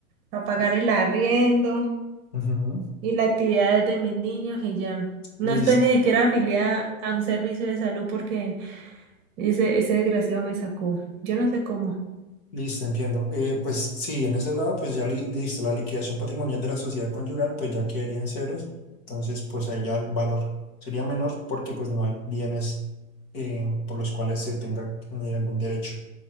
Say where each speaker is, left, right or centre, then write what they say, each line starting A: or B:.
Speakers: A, on the right; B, on the left.
A: para pagar el arriendo
B: ujú,
A: y las actividades de mis niños y ya. No
B: Listo,
A: estoy ni siquiera afiliada a un servicio de salud porque ese, ese desgraciado me sacó. Yo no sé cómo.
B: listo, entiendo. Eh, pues sí, en ese lado, pues ya li- listo, la liquidación patrimonial de la sociedad conyugal, pues ya quedaría en ceros, entonces pues ahí ya el valor sería menor porque pues no hay bienes eh, por los cuales se tenga eh, algún derecho.